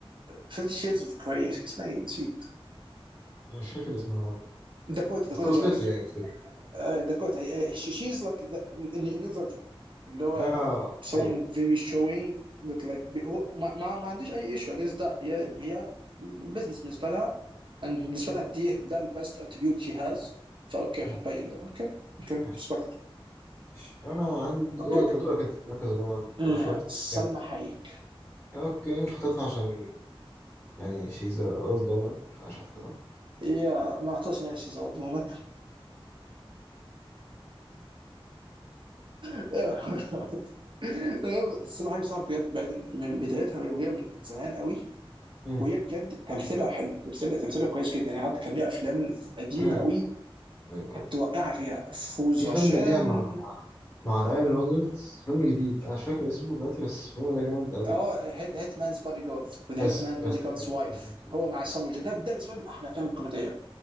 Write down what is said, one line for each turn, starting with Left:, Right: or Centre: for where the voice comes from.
Right: فيفتي شيدز اوف جراي اسمها ايه نسيت
Left: أنا مش فاكر اسمها برضه
Right: داكوتا داكوتا
Left: بس وصلت
Right: جونز
Left: لي يعني وصلت لي
Right: آه، داكوتا شي از لايك ذا نيو فيرجن اللي هو
Left: اه
Right: someone
Left: ايوه
Right: very showing that like بي- هو ما, ما, ما عنديش اي ايشو against ده هي هي بزنس بالنسبة لها and بالنسبة لها دي ده البست اتريبيوت شي هاز فاوكي
Left: مم.
Right: هتبين ده اوكي اوكي
Left: ماشي
Right: respect
Left: ماشي انا عندي
Right: اوكي
Left: هو انت دورك انت المركز الرابع عندك
Right: أمم،
Left: ولا خامس
Right: سلمى
Left: خامس
Right: حايك
Left: اوكي مش حاططها عشان يعني شيز اولد وومن فمش حاططها
Right: يا ما اعتقدش ان هي شيز اولد وومن <laughs> تمام بس انا حاجه صعب بجد بعيدا من بدايتها وهي وهي من زمان قوي
Left: <laughs>
Right: وهي بجد تمثيلها حلو تمثيلها تمثيلها كويس جدا يعني حتى كان ليها افلام قديمه
Left: مم.
Right: قوي
Left: ايوه
Right: كانت واقعه فيها فوز
Left: في
Right: غشان
Left: فيلم ليها مع مع رايان رونالدز فيلم جديد انا مش فاكر اسمه دلوقتي بس الفيلم ده جامد قوي
Right: اه هيت هيت مانز بودي جارد وذا
Left: يس
Right: هيت مان
Left: يس
Right: بودي جاردز
Left: يس
Right: وايف
Left: الفيلم
Right: هو مع سامو جا- ده ده بالنسبه لي من احلى الافلام الكوميديه